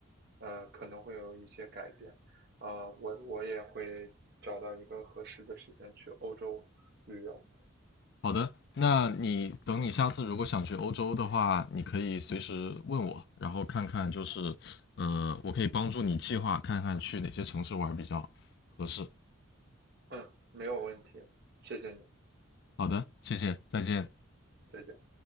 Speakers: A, on the right (about 50°); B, on the left (about 55°).
A: 呃，可能会有一些改变，啊、我我也会找到一个合适的时间去欧洲旅游，
B: 好的，那你等你下次如果想去欧洲的话，你可以随时问我，然后看看就是呃，我可以帮助你计划看看去哪些城市玩比较合适。
A: 嗯，没有问题，谢谢你，
B: 好的，谢谢，再见。
A: 再见。